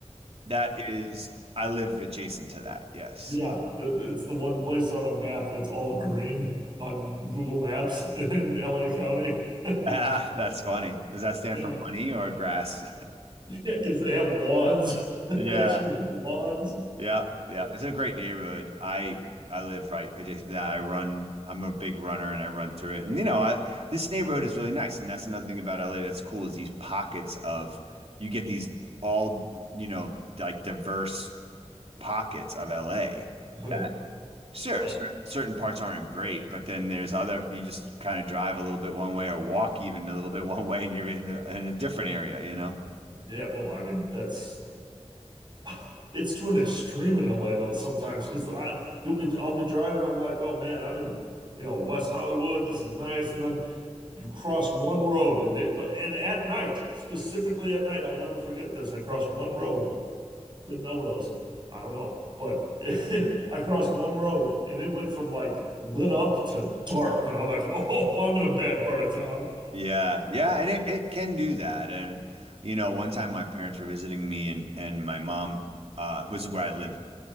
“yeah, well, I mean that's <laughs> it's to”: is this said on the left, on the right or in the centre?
Right